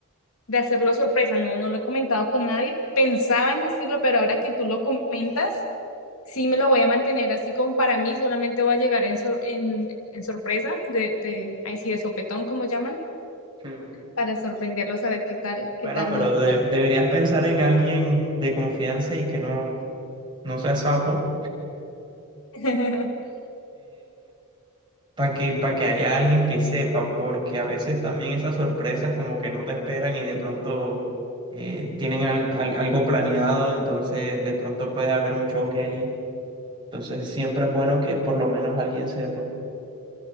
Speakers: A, on the left; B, on the right.
A: de hacerlo sorpresa, no, no lo he comentado con nadie, pensaba en decirlo, pero ahora que tú lo comentas, sí me lo voy a mantener así como para mí, solamente voy a llegar en, sor- en, en sorpresa, de, de, ahí sí, de sopetón, como llaman,
B: Sí.
A: para sorprenderlos a ver qué tal, qué
B: Bueno,
A: tal
B: pero
A: nos va.
B: de- deberías pensar en alguien de confianza y que no, no sea sapo,
A: <laughs>
B: para que, para que haya alguien que sepa, porque a veces también esas sorpresas como que no te esperan y de pronto eh, tienen al- al- algo planeado, entonces de pronto puede haber un choque ahí. Entonces siempre es bueno que por lo menos alguien sepa.